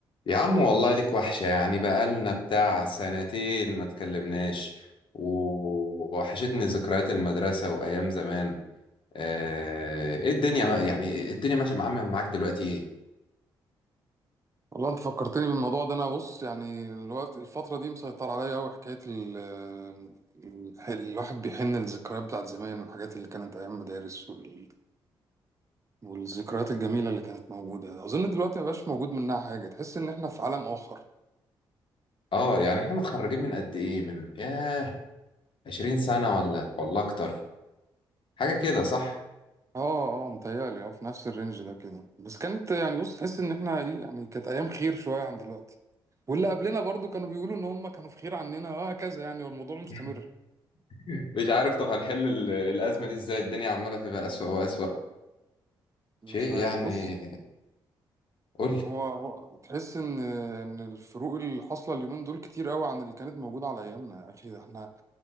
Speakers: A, on the left; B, on the right.
A: يا عم والله ليك وحشة يعني بقالنا بتاع سنتين ما تكلمناش و- ووحشتني ذكريات المدرسة وأيام زمان آه، إيه الدنيا ما يعني الدنيا ماشية مع- عاملة معاك دلوقتي إيه؟
B: والله انت فكرتني بالموضوع ده انا بص يعني الوقت الفترة دي مسيطر عليا قوي حكاية ال ال- الواحد بيحن للذكريات بتاعت زمان والحاجات اللي كانت ايام مدارس وال- والذكريات الجميلة اللي كانت موجودة اظن دلوقتي مبقاش موجود منها حاجة تحس ان احنا في عالم اخر
A: آه يعني إحنا متخرجين من قد إيه؟ من ياه 20 سنة ولا ولا أكتر حاجة كده صح؟
B: اه اه متهيألي اه في نفس الرينج ده كده بس كانت يعني بص تحس ان احنا ايه يعني كانت ايام خير شوية عن دلوقتي واللي قبلنا برضو كانوا بيقولوا ان هم كانوا في خير عننا وهكذا يعني والموضوع مستمر
A: <laughs> مش عارف طب هنحل ال- الأزمة دي إزاي الدنيا عمالة تبقى أسوأ وأسوأ
B: مش
A: شيء
B: عارف
A: يعني
B: بص
A: قول لي
B: هو هو تحس ان ان الفروق اللي حاصله اليومين دول كتير قوي عن اللي كانت موجوده على ايامنا يا اخي ده احنا